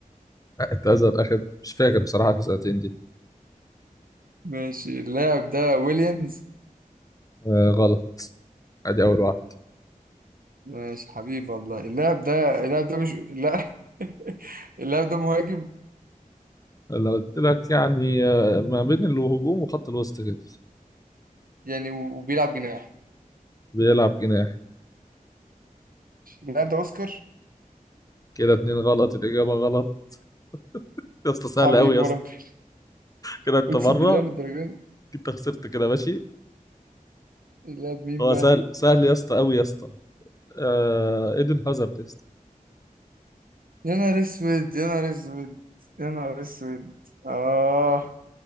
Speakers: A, on the left; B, on the right.
A: اعتزل اخر <laughs> مش فاكر بصراحه اخر سنتين دي
B: <laughs> ماشي اللاعب ده ويليامز
A: آه غلط ادي اول واحد
B: ماشي حبيبي والله اللاعب ده اللاعب ده مش لا <laughs> اللاعب ده مهاجم
A: لو قلت لك يعني آه ما بين الهجوم وخط الوسط كده
B: يعني و- وبيلعب جناح
A: بيلعب جناح
B: اللاعب ده اوسكار
A: كده اتنين غلط الاجابه غلط يا اسطى سهل
B: حبيبي
A: قوي يا
B: وربنا
A: اسطى كده انت
B: اقسم
A: مره
B: بالله للدرجه دي
A: انت خسرت كده ماشي
B: اللاعب مين
A: هو
B: بقى
A: سهل سهل يا اسطى قوي يا اسطى آه... ايدن هازارد يا اسطى
B: يا نهار اسود يا نهار اسود يا نهار اسود اه